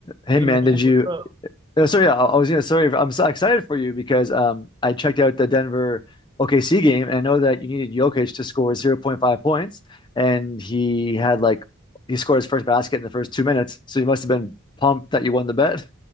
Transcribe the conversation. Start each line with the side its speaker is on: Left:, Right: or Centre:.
Left: Hey
Right: Hey
Left: man,
Right: man,
Left: did you?
Right: what's up?
Left: uh, So yeah, I I was gonna. Sorry, I'm so excited for you because um, I checked out the Denver OKC game and I know that you needed Jokic to score zero point 0.5 points, and he had like he scored his first basket in the first two minutes, so you must have been pumped that you won the bet.